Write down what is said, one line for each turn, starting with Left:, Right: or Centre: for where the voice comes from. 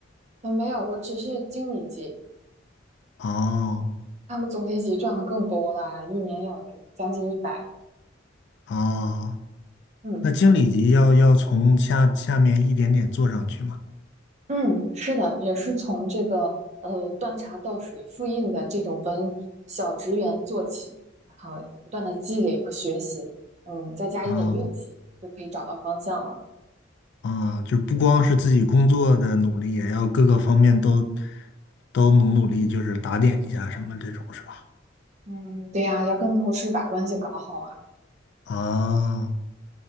Right: 嗯，没有，我只是经理级，
Left: 哦
Right: 他们总监级赚的更多啦，一年要有一将近一百。
Left: 哦，
Right: 嗯
Left: 那经理级要要从下下面一点点做上去嘛？
Right: 嗯，是的，也是从这个呃端茶倒水、复印的这种文小职员做起，然后不断的积累和学习，嗯，再加一点运气，
Left: 啊。
Right: 就可以找到方向了。
Left: 啊，就不光是自己工作的努力，也要各个方面都都努努力，就是打点一下什么这种是吧？
Right: 嗯，对呀，要跟同事把关系搞好啊。
Left: 啊